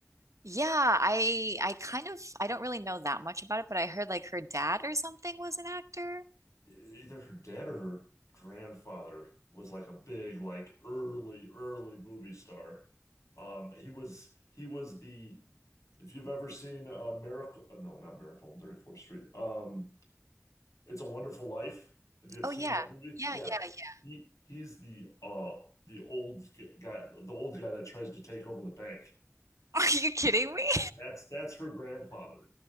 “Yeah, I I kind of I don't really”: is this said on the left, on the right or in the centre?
Right